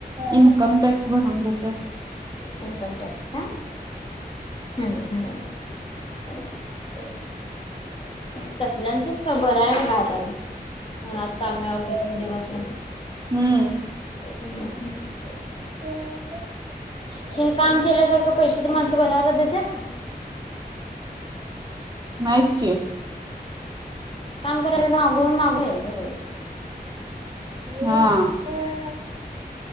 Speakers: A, on the right; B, on the left.
A: इन्कम टॅक्स भरून देत्यात.
B: इनकम टॅक् क्स का हुं हुं <unintelligible> <inaudible> तसल्यांचंच का बर आहे बघा आता ते उन्हात काम नाय ऑफिसमध्ये बसून
A: हुं
B: <inaudible>
A: <unintelligible>
B: हे काम केल्यासारखं पैसे तर माणसं भराभरा देत्यात.
A: नाहीच की
B: काम करणाऱ्या कडून मागुन माग घ्यायचं पैसे
A: हां